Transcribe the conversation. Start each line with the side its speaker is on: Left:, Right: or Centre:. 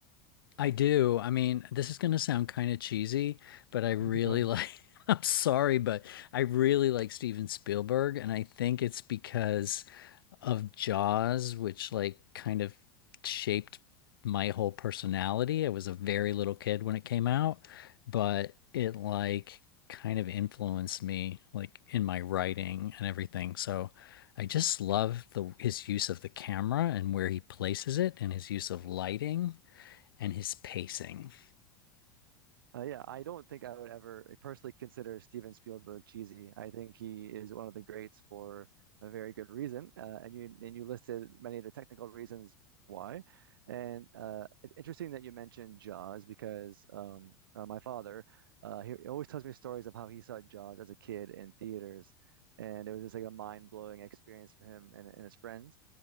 Left: I do. I mean, this is going to sound kind of cheesy, but I
Right: <laughs>
Left: really
Right: Go ahead.
Left: like, <laughs> I'm sorry, but I really like Steven Spielberg. And I think it's because of Jaws, which like kind of shaped my whole personality. I was a very little kid when it came out, but it like kind of influenced me like in my writing and everything. So I just love the his use of the camera and where he places it and his use of lighting and his pacing.
Right: Uh, yeah, I don't think I would ever like, personally consider Steven Spielberg cheesy. I think he is one of the greats for a very good reason, uh, and you and you listed many of the technical reasons why. And uh, it's interesting that you mentioned Jaws because um, uh, my father uh, he always tells me stories of how he saw Jaws as a kid in theaters, and it was just like a mind-blowing experience for him and, and his friends.